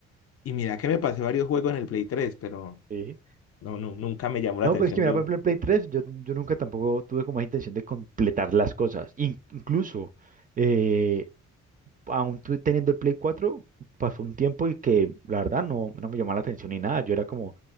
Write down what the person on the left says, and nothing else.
Y mira que me pasé varios juegos en el Play 3, pero
no, no, nunca me llamó la
atención
yo.